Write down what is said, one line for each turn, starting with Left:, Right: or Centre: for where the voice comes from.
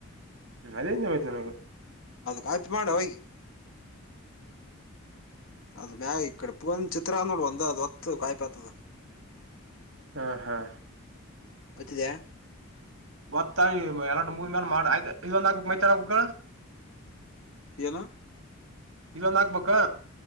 Right: ಹ್ಮ ಅದೇ ಅಂದ್ನಾ ಮತ್ ನಾನು
Left: ಕಾಪಿ ಮಾಡ ಹೋಗಿ ಅದು ಮ್ಯಾಗ ಈ ಕಡೆ ಫೋನ್ ಅಚ್ಚ ಇತ್ರಾ ನೋಡು ಒಂದ ಅದು ಹೊತ್ತು ಕಾಯ್ಪಾತದ
Right: ಹಾ ಹಾ
Left: ಒತ್ತಿದ್ಯಾ
Right: ಒತ್ತಾಯ ಎಲ್ಲಟು ಮುಗದ ಮ್ಯಾಲ್ ಮಾಡ ಆಯ್ತ ಇದೊಂದ ಆಕಬೇಕು ಮೈತಾನ ಹಾಕಬೇಕು
Left: ಏನು
Right: ಇದೊಂದ ಹಾಕ್ಬೇಕ